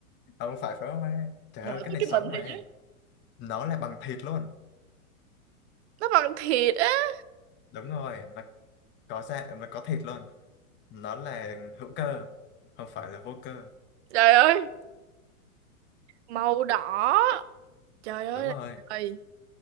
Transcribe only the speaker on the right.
Nội
có
cái
mình
thì chứ
nó bằng thịt á
trời ơi màu đỏ trời ơi
là
trời